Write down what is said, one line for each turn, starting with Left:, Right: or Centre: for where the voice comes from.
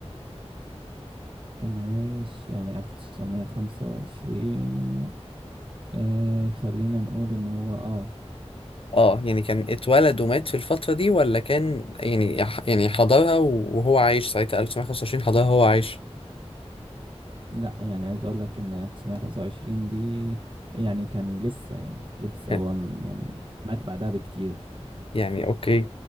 Right: كان عايش يعني 1925 آه خلينا نقول ان هو اه
Left: اه يعني كان اتولد ومات في الفترة دي ولا كان يعني يعني حضرها وهو عايش ساعتها 1925 حضرها وهو عايش
Right: لا يعني عايز اقول لك ان 1925 دي يعني كان لسه يعني لسه
Left: آه،
Right: هو م- يعني مات بعدها بكتير
Left: يعني اوكي